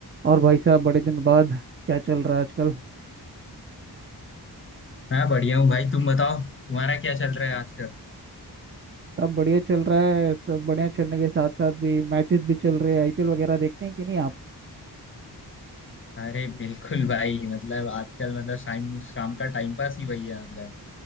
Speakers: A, on the right; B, on the left.
A: और भाई साहब बड़े दिन बाद क्या चल रहा है आजकल
B: मैं बढ़िया हूँ भाई तुम बताओ तुम्हारा क्या चल रहा है आजकल
A: सब बढ़िया चल रहा है सब बढ़िया चलने के साथ साथ भी मैचेस भी चल रहे हैं आईपीएल वगैरह देखते हैं कि नहीं आप
B: अरे बिल्कुल भाई मतलब आजकल मतलब शाम शाम का टाइम पास ही वही है मतलब